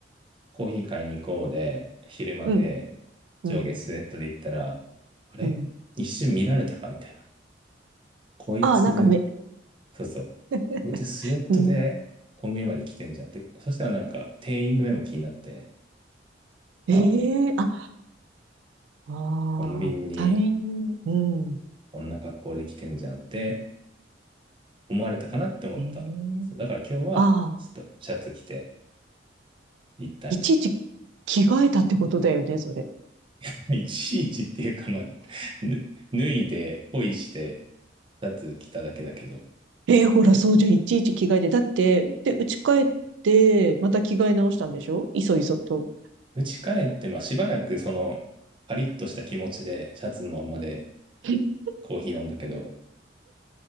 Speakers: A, on the right; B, on the right.
A: コーヒー買いに行こうで、昼間で、
B: うん、
A: 上下スウェットで行ったら、
B: うん、
A: あれ一瞬見られたかみたいな。
B: うん。
A: こいつ、
B: ああ、なんか目。
A: そうそう。
B: <laughs>
A: こいつスウェットでコンビニまで来てんじゃんって。
B: うん、
A: そしたらなんか店員の目も気になって、
B: ええー、
A: あ、
B: あ、ああ、
A: コンビニに
B: 他人、うん。
A: こんな格好で来てんじゃんって思われたかなって思った。
B: ええー、
A: そう、だから今日はちょっとシャツ着て
B: ああ、
A: 行ったんよ。
B: いちいち着替えたってことだよね、それ。
A: <laughs> いちいちっていうか、まあ、ぬ脱いで、ポイして、シャツ着ただけだけど、
B: えーほら、そうじゃん。いちいち着替えて。だって、で、家帰って、また着替え直したんでしょいそいそと。
A: 家帰って、まあしばらくそのパリッとした気持ちでシャツのままで
B: <laughs>
A: コーヒー飲んだけど、